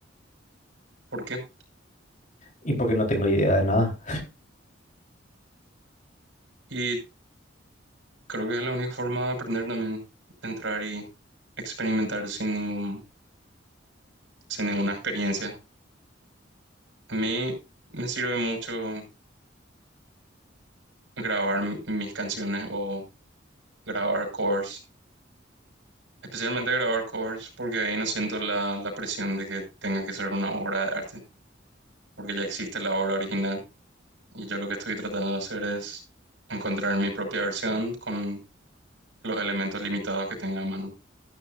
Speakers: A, on the right; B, on the left.
A: por qué.
B: Y porque no tengo idea de nada.
A: Y creo que es la única forma de aprender también, de entrar y experimentar sin ningún, sin ninguna experiencia. A mí me sirve mucho grabar m- mis canciones o grabar covers, especialmente grabar covers porque ahí no siento la, la presión de que tenga que ser una obra de arte, porque ya existe la obra original y yo lo que estoy tratando de hacer es encontrar mi propia versión con los elementos limitados que tenga a mano.